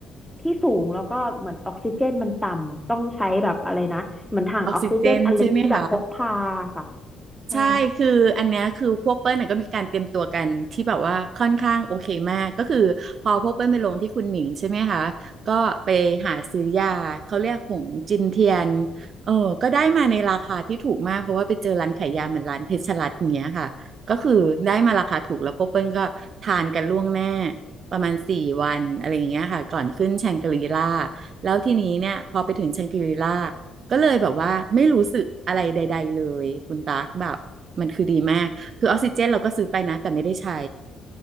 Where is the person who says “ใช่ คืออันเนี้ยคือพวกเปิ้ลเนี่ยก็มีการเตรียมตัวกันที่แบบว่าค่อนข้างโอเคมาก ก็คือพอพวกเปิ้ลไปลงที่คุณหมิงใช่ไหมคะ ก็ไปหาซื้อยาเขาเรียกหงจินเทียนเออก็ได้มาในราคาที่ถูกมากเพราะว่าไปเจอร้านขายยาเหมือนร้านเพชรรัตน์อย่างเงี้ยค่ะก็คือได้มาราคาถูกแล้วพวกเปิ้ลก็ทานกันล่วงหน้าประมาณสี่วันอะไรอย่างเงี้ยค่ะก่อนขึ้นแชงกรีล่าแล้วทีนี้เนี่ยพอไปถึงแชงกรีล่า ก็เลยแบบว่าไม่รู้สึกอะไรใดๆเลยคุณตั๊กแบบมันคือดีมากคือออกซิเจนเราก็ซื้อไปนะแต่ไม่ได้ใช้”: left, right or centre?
Right